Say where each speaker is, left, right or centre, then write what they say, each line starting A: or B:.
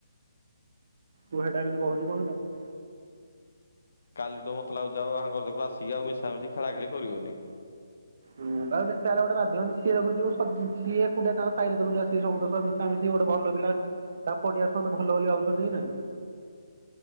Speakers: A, on the right (about 45°); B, on the left (about 55°).
A: ତୁ ହେଟା ଏମିତି କହୁଛୁ କଣ ତାକୁ?
B: କାଲିଠୁ ମତେ ଲାଗୁଛି ଆଉ ଆଙ୍କର ଯୋଗୁ ଆସିକି ଆଉ ମିଶାମିଶି ଖେଳା ଖେଳି କରିବନି।
A: ହୁଁ ତାପରେ ଯେତେହେଲେ ଗୋଟେ ବାଧିବନି ସିଏ ଦେଖୁଛୁ ସିଏ ଏକୁଟିଆ ତାଙ୍କ ସାହିରେ <unintelligible> ତାପରେ ସେ ଗୋଟେ ଭଲ ପିଲା। ତା ପଡିଆସନ୍ତୁ ଭଲ ବୋଲି ଭାବଛନ୍ତି କି ନାଇଁ